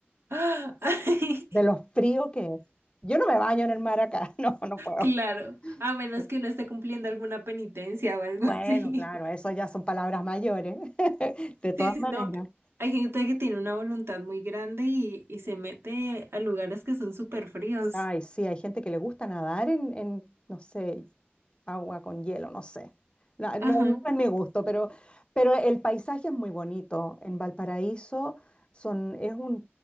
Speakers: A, on the right (about 80°); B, on the left (about 25°).
A: ¡Ah! <laughs> Ay,
B: de lo frío que es. Yo no me baño en el mar acá, <laughs> no, no puedo.
A: Claro, a menos
B: Sí.
A: que uno esté cumpliendo alguna penitencia o algo
B: Bueno,
A: así.
B: claro, eso ya son palabras mayores, <laughs> de todas
A: Sí, sí,
B: maneras.
A: no. Hay gente que tiene una voluntad muy grande y, y se mete a lugares que son súper fríos.
B: Ay, sí, hay gente que le gusta nadar en, en, no sé, agua con hielo, no sé. No,
A: Ajá.
B: no es no es mi gusto, pero, pero el paisaje es muy bonito. En Valparaíso son, es una